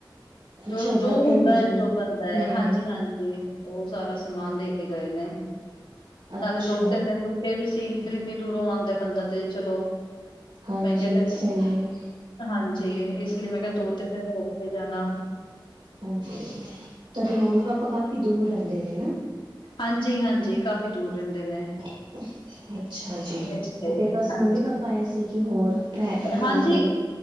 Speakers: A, on the left; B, on the right.
A: ਜੋ,
B: ਅੱਛਾ
A: ਜੋ
B: ਬੋਟਲ
A: ਹੁੰਦਾ
B: ਹੋ
A: ਐ ਜੋ ਬਨਦਾ
B: ਹਮ
A: ਐ, ਹਾਂਜੀ-
B: ਹਮ
A: ਹਾਂਜੀ। ਤੇ ਓ ਸਾਰਾ ਸਮਾਨ ਦੇ ਕੇ ਗਏ ਨੇ,
B: ਅੱਛਾ
A: ਨਾਲੇ ਦੋ, ਤਿੰਨ ਦਿਨ ਰੁ ਕੇ ਵੀ ਸੀ ਫੇਰ ਇੰਨੀ ਦੂਰੋਂ ਆਂਦਾ ਬੰਦਾ ਤੇ ਚਲੋ
B: ਹਾਂਜੀ,
A: ਮੈਂ ਕਿਹਾ ਫਿਰ
B: ਸਈ ਐ।
A: ਹਾਂਜੀ, ਇਸ ਲਈ ਮੈਂ ਕਿਆ ਦੋ, ਤਿੰਨ ਦਿਨ ਰੁਕ ਕੇ ਜਾਨਾ।
B: ਹਾਂਜੀ, ਤੁਆਡੇ ਮੰਮੀ- ਪਾਪਾ ਕਾਫੀ ਦੂਰ ਰੈਂਦੇ ਨੇ ਨਾ?
A: ਹਾਂਜੀ-ਹਾਂਜੀ ਕਾਫ਼ੀ ਦੂਰ ਰੈਂਦੇ ਨੇ।
B: <unintelligible> ਅ ਅੱਛਾ ਜੀ।
A: ਇਸ ਲਈ
B: ਫੇਰ ਬਸ
A: ਹਾਂਜੀ
B: ਮੰਮੀ, ਪਾਪਾ ਆਏ ਸੀ ਕਿ ਹੋਰ ਭੈਣ ਨਾਲ
A: ਹਾਂਜੀ
B: ਕੋਈ?